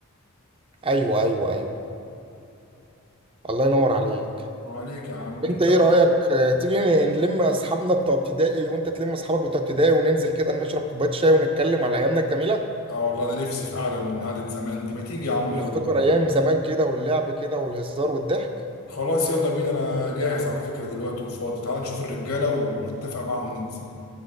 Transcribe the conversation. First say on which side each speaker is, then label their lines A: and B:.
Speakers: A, on the right (about 25°); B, on the left (about 75°).
A: ايوه ايوه ايوه الله ينور عليك
B: عليك يا عم انت
A: انت ايه
B: بقى.
A: رأيك آه، تيجي نلم اصحابنا بتوع ابتدائي وانت تلم اصحابك بتوع ابتدائي وننزل كده نشرب كوباية شاي ونتكلم على ايامنا الجميلة
B: اه والله انا نفسي في قعده من قعده زمان دي ما تيجي يا عم
A: ونفتكر
B: يلا بينا
A: ايام زمان كده واللعب كده والهزار والضحك
B: خلاص يلا بينا انا جاهز على فكرة دلوقتي وفاضي تعال نشوف الرجالة ونتفق معاهم وننزل